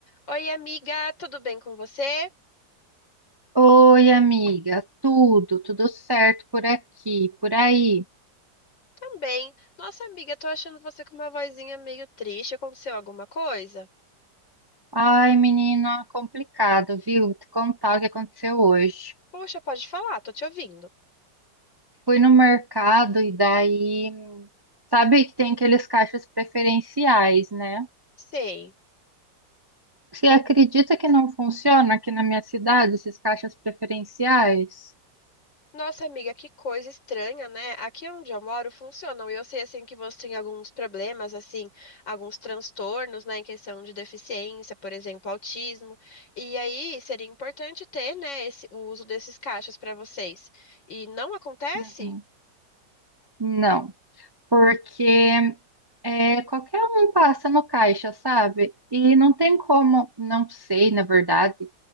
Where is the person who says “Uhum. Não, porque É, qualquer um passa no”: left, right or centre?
Right